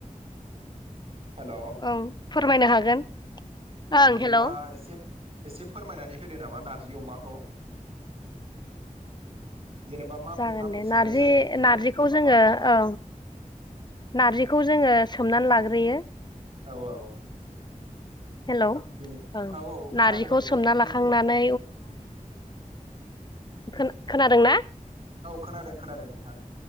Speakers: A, on the right; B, on the left.
A: हेल ओ
B: ओं फोरमायनो हागोन ओं
A: बिदिब्ला
B: हेलौ
A: एसे एसे फोरमायनानै होदो नामा नारजि अमाखौ। जेनेबा माबोरै
B: जागोन
A: माबोरै
B: दे नारजि
A: संनाय जायो बेखौ
B: नारजिखौ जोङो औ नारजि खौ जोङो सोमनानै लाग्रोयो।
A: औ औ।
B: हेलौ
A: बेनिफ
B: ओं
A: औ औ औ खोनादों
B: नारजिखौ
A: दे
B: सोमना लाखांनानै
A: बुंदो । <inaudible>
B: खोन खोनादों ना?
A: खोनादों खोनादों नोंथां